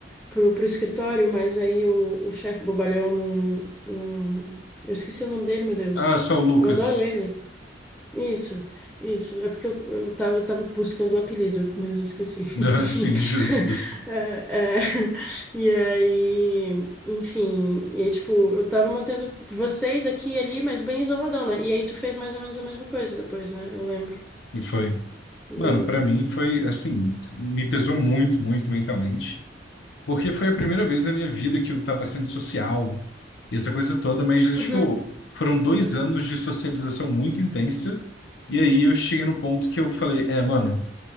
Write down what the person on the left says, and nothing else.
ah, só o Lucas.
<laughs> Assim, justo.
E foi.
Mano, pra mim foi assim, me pesou muito, muito mentalmente. Porque foi a primeira vez na minha vida que eu estava sendo social e essa coisa toda, mas,
tipo, foram dois
anos de socialização muito intensa. E aí eu cheguei no ponto que eu falei, é, mano